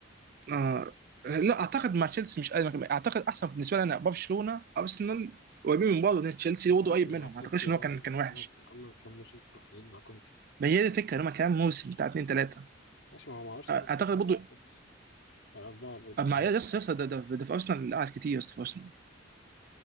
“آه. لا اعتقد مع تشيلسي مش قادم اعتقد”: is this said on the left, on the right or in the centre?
Right